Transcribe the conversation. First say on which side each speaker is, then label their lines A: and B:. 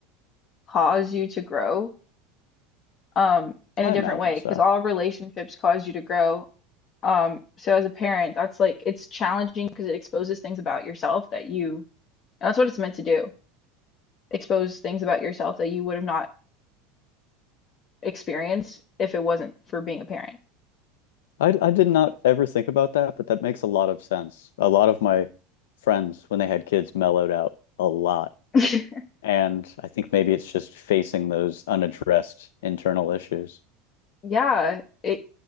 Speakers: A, on the left; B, on the left.
A: cause you to grow um in
B: I
A: a different
B: imagine
A: way because
B: so.
A: all relationships cause you to grow. Um, so as a parent, that's like it's challenging because it exposes things about yourself that you, and that's what it's meant to do, expose things about yourself that you would have not experienced if it wasn't for being a parent.
B: I, I did not ever think about that, but that makes a lot of sense. A lot of my friends, when they had kids, mellowed out a lot.
A: <laughs>
B: And I think maybe it's just facing those unaddressed internal issues.
A: Yeah, it